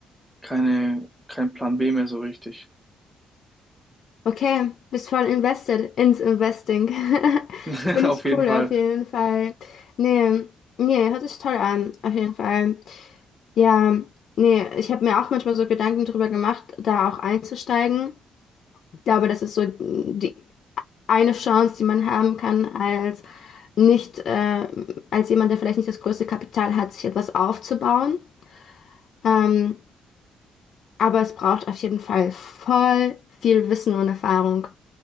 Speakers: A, in the centre; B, on the left.
A: keine, keinen Plan B mehr so richtig.
B: Okay, bist voll invested ins Investing. <laughs>
A: <laughs>
B: Finde
A: Auf
B: ich
A: jeden
B: cool
A: Fall.
B: auf jeden Fall. Nee, nee, hört sich toll an, auf jeden Fall. Ja, nee, ich habe mir auch manchmal so Gedanken drüber gemacht, da auch einzusteigen. Ich glaube, das ist so die eine Chance, die man haben kann als nicht, äh, als jemand, der vielleicht nicht das größte Kapital hat, sich etwas aufzubauen. Ähm, aber es braucht auf jeden Fall voll viel Wissen und Erfahrung.